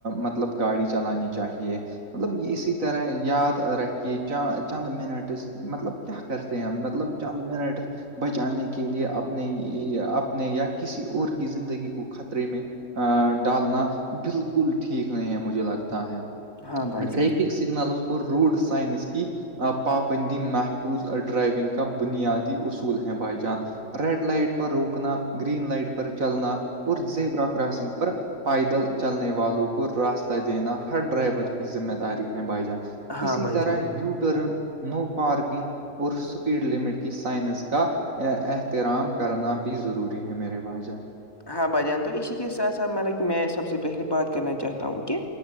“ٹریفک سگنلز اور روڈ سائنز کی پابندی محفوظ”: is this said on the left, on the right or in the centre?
Right